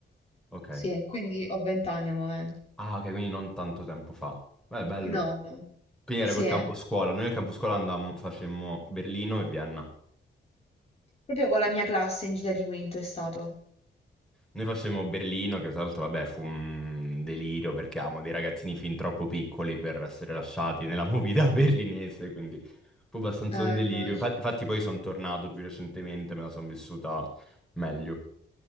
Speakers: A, in the centre; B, on the left.
A: ok.
B: Sì, quindi ho 20 anni al momento.
A: Ah, ok, quindi non tanto tempo fa. Beh, bello.
B: No, no.
A: Quindi
B: Sì,
A: era col
B: eh,
A: campo scuola. Noi al campo scuola andammo, facemmo Berlino e Vienna.
B: proprio con la mia classe in gita di quinto è stato.
A: Noi facevamo Berlino, che tra l'altro, vabbè, fu un delirio perché avevamo dei ragazzini fin troppo piccoli per essere lasciati nella movida <laughs> berlinese, quindi fu abbastanza
B: Eh,
A: un delirio.
B: no.
A: Infa- Infatti, poi sono tornato più recentemente, me la sono vissuta meglio.